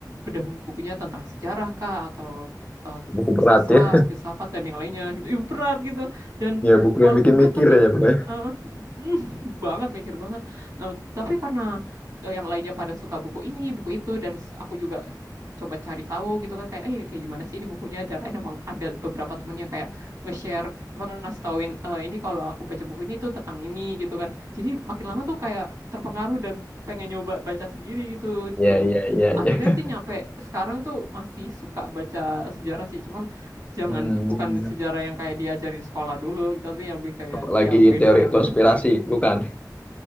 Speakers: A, on the right; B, on the left.
A: bedah bukunya tentang sejarah kah atau eh,
B: Buku berat
A: sastra,
B: ya.
A: filsafat dan yang lainnya gitu. Ih, berat gitu. Dan
B: Ya, buku
A: walaupun
B: yang bikin
A: berat
B: mikir
A: tapi
B: ya, Bro.
A: eh, mm, banget mikir banget. Nah, tapi karena eh, yang lainnya pada suka buku ini, buku itu dan aku juga coba cari tahu gitu kan kayak eh kayak gimana sih ini bukunya dan lain emang ada beberapa temen yang kayak nge-share apa ngasih tauin "Eh, ini kalau aku baca buku ini tuh tentang ini gitu kan jadi makin lama tuh kayak terpengaruh dan pengen nyoba baca sendiri gitu
B: Ya,
A: dan
B: ya, ya,
A: akhirnya
B: ya.
A: sih nyampe sekarang tuh masih suka baca sejarah sih cuman jangan
B: Hmm.
A: bukan sejarah yang kayak diajari di sekolah dulu gitu tapi yang lebih kayak
B: Apalagi
A: yang beda
B: teori
A: gitu
B: konspirasi, bukan?